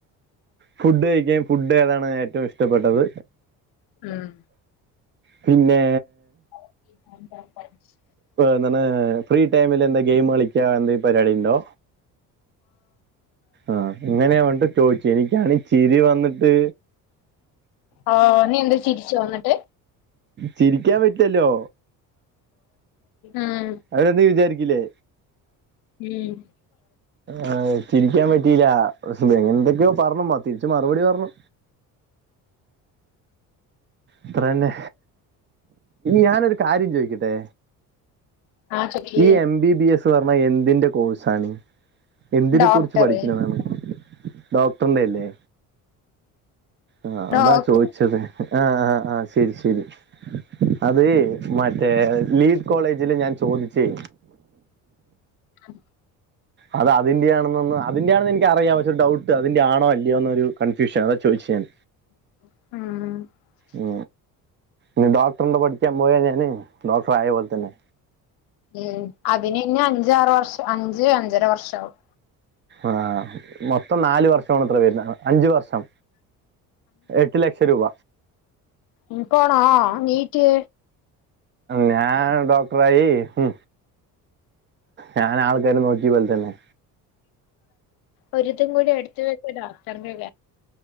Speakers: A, on the right; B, on the left.
A: ഫുഡ്കഴിക്ക ഫുഡ് ഏതാണ് ഏറ്റവും ഇഷ്ടപ്പെട്ടത്
B: ഉം
A: പിന്നെ
B: <unintelligible>
A: എന്തണ് ഫ്രീടൈമില് എന്ത ഗെയിം കളിക്കാ ന്ത പരിയാടി ഉണ്ടോ ആഹ ഇങ്ങനെയാ ണ്ട് ചോദിച്ചു എനിക്കാണ് ചിരി വന്നിട്ട്
B: ആ ഓ നീ എന്താ ചിരിച്ചോ എന്നിട്ട്
A: ചിരിക്കാൻ പറ്റല്ലോ
B: ഉം
A: അവരൊന്ന വിചാരിക്കില്ലേ
B: ഉം
A: ആ ചിരിക്കാൻ പറ്റിയില്ല എങ്ങനെ എന്തൊക്കെയോ പറഞ്ഞ തിരിച്ച മറുപടി പറഞ്ഞു ഇത്രന്നെ ഞാനരു കാര്യം ചോയ്ക്കട്ടെ
B: ആ ചൊക്കി
A: ഈ എം ബി ബി എസ് പറഞ്ഞ എന്തിന്റെ കോഴ്സാണ് എന്തിനെ
B: ഡോക്ടറ്
A: കുറിച്ച് പഠിക്കണതാണ് ഡോക്ടറിന്റെ അല്ലേ ആഹ
B: ഡോക്ട
A: അതാ ചോദിച്ചത് ആഹ ആഹ ആഹ് ശരി ശരി അത് മറ്റേ ലീഡ് കോളേജില് ഞാൻ ചോദിച്ചേ
B: ഉ
A: അത് അതിന്റെയാണെന്നൊന്ന് അതിന്റെ ആണെന്ന് എനിക്കറാം പ ഒരു ഡൗട്ട് അതിന്റെ ആണോല്ലയോന്ന്കൺ്യൂഷൻ അത ചോദിച്ച ഞാൻ
B: ഉം
A: ഉ ഇ ഡോക്ടറിന്റെ പഠിക്കാൻ പോയ ഞാന് ഡോക്ടർ ആയ പോലെ തന്നെ
B: ഉം അതിന്നെ അഞ്ചാറ് വർഷം അഞ്ച് അഞ്ചര വർഷ ആവും
A: ആഹ മൊത്തം നാല വർഷ അത്ര വരുന്ന അഞ്ചു വർഷം എട്ട് ലക്ഷം രൂപ
B: ഉ പോണ നീറ്റ്
A: ഞാൻ ഡോക്ടറായി ഉ ഞാൻ ആൾക്കാര് നോക്കിയ പോലെ തന്നെ
B: ഒരിതും കൂടി എടുത്ത വെക്ക ഡോക്ടറിന്റെ